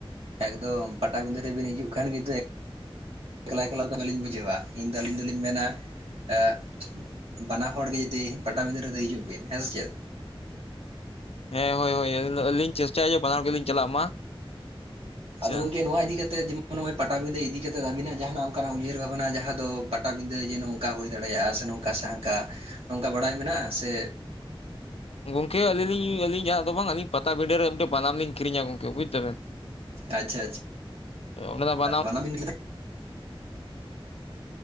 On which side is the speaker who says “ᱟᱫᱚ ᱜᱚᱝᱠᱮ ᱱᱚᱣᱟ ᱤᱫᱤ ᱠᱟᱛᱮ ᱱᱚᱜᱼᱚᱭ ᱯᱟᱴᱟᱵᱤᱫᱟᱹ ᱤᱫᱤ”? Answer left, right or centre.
Right